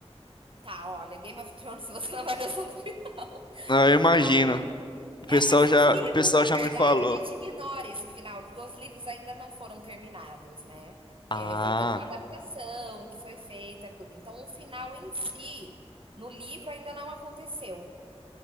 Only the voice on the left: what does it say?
Ah, eu imagino.
O
pessoal
já,
o pessoal
já
me falou.
Ah,